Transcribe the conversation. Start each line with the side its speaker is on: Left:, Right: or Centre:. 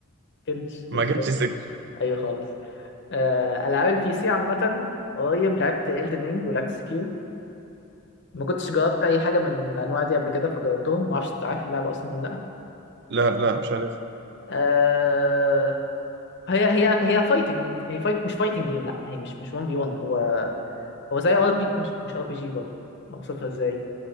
Left: كنتش
Right: ما
Left: كنتش
Right: جاتش
Left: قادر.
Right: سك
Left: ايوه خالص آه، العاب البي سي عامه قريب لعبت Elden Ring ولعبت سكيو ما كنتش جربت اي حاجه من الانواع دي قبل كده فجربتهم ما اعرفش عارف اللعبه اصلا ولا لا
Right: لا لا مش عارف
Left: أه هي هي هي فايتنج هي فايت مش فايتنج جيم لا هي مش مش 1 في 1 هو هو زي ار بي مش مش ار بي جي برضه اوصفها ازاي